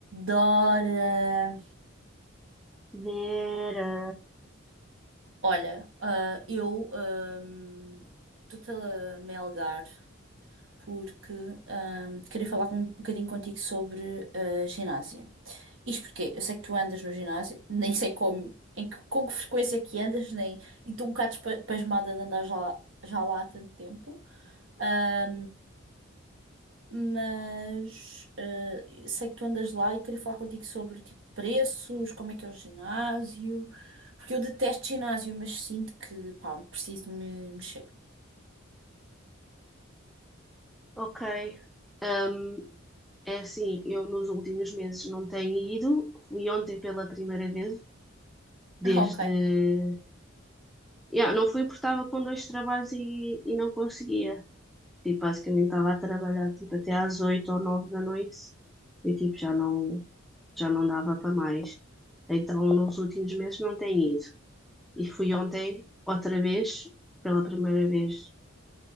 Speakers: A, on the right; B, in the centre.
A: Dora.
B: Vera.
A: Olha, ah, eu ah, estou-te a melgar porque ahm, queria falar com- um bocadinho contigo sobre ah, ginásio. Isto porque eu sei que tu andas no ginásio, <laughs> nem sei como, em que, com que frequência é que andas, nem, e estou um bocado espa- pasmada de andar já já lá há tanto tempo. Ah, mas eh, sei que tu andas lá e queria falar contigo sobre tipo preços, como é que é o ginásio, porque eu detesto ginásio, mas sinto que pá, preciso de me mexer. <laughs>
B: Ok. Ah, É assim, eu nos últimos meses não tenho ido. Fui ontem pela primeira vez, desde.
A: Ah, Ok.
B: Yeah, não fui porque estava com dois trabalhos e, e não conseguia. Tipo, basicamente estava a trabalhar tipo, até às oito ou nove da noite e tipo, já não, já não dava para mais. Então, nos últimos meses não tenho ido. E fui ontem, outra vez, pela primeira vez